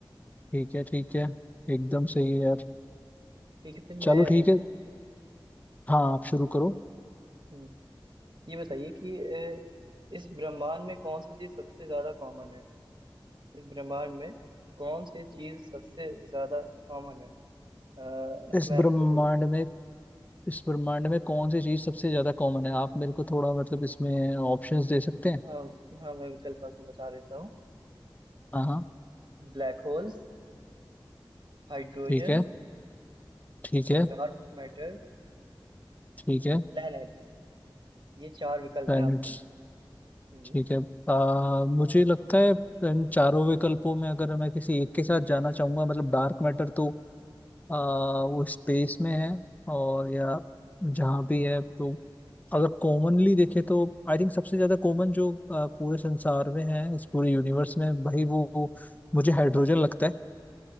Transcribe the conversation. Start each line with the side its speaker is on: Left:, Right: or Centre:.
Left: ठीक है ठीक है एकदम सही
Right: ठीक
Left: है
Right: है
Left: यार
Right: ठीक है, फिर मैं
Left: चलो ठीक है हाँ आप शुरू करो
Right: हम्म, ये बताइए कि ए, इस ब्रह्मांड में कौन सी चीज सबसे ज्यादा कॉमन है इस ब्रह्मांड में कौन सी चीज सबसे ज्यादा कॉमन है अ,
Left: इस
Right: मैं
Left: ब्रह्मांड
Right: आपको
Left: में इस ब्रह्मांड में कौन सी चीज सबसे ज्यादा कॉमन है आप मेरे को थोड़ा मतलब इसमें ऑप्शंस दे सकते हैं
Right: हाँ हाँ मैं विकल्प आपको बता देता हूँ
Left: हाँ हाँ
Right: Black holes hydrogen
Left: ठीक है ठीक है
Right: dark matter
Left: ठीक है
Right: planets ये चार विकल्प
Left: प्लैनेट्स
Right: हैं आपके हम्म
Left: ठीक है आ, मुझे लगता है इन चारों विकल्पों में अगर मैं किसी एक के साथ जाना चाहूंगा मतलब डार्क मैटर तो आ, वो स्पेस में है और या
Right: हम्म।
Left: जहाँ भी है तो अगर कॉमनली देखे तो आई थिंक सबसे ज्यादा कॉमन जो आ, पूरे संसार में है इस पूरे यूनिवर्स में भाई वो वो मुझे हाइड्रोजन लगता है